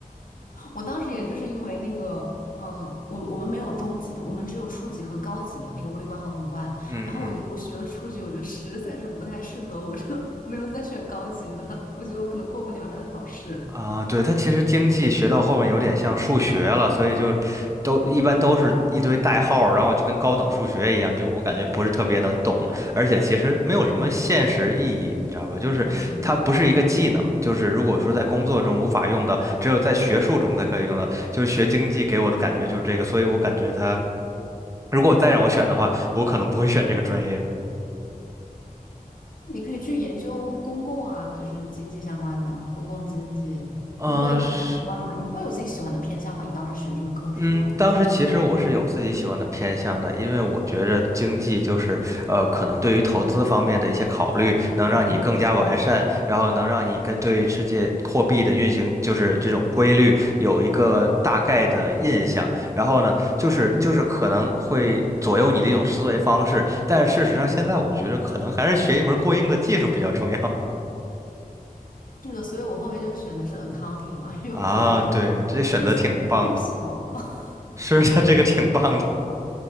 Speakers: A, on the left; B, on the right.
A: 我当时也就是因为那个，呃，我我们没有中级的，我们只有初级和高级的那个微观和宏观。
B: 嗯嗯
A: 然后我觉得我学了初级，我觉得实在是不太适合，我就 <laughs> 没有再选高级的，我觉得我可能过不了这个考试。
B: 啊，对，它其实经济学到后面有点像数学了，所以就都一般都是一堆代号儿然后就跟高等数学一样，就我感觉不是特别能懂，而且其实没有什么现实意义，
A: 是的，
B: 你知道吧？就是它不是一个技能，
A: 嗯，
B: 就是如果说在工作中无法用到，只有在学术中才可以用到，就是学经济给我的感觉就是这个，所以我感觉它如果再让我选的话，我可能不会选这个专业。
A: 你可以去研究公共啊，就是经济相关的公共经济，
B: 嗯、
A: 就会比较宏观嘛。
B: 呃是
A: 你会有自己喜欢的偏向吗？你当时学这门课的时候
B: 嗯，当时其实我是有自己喜欢的偏向的，因为我觉着经济就是，呃，可能对于投资方面的一些考虑，能让你更加完善，
A: 啊，
B: 然后能让你跟对世界货币的运行，就是这种规律有一个大概的印象。然后呢，就是就是可能会左右你的一种思维方式，
A: 明白。
B: 但是事实上现在我觉得可能还是学一门过硬的技术比较重要
A: 是的，所以我后面就选的是 accounting 嘛，
B: <laughs>
A: 因为我觉得它
B: 啊。对，这选择挺棒的，
A: 类似于绩效。<laughs>
B: 是的，这个挺棒的。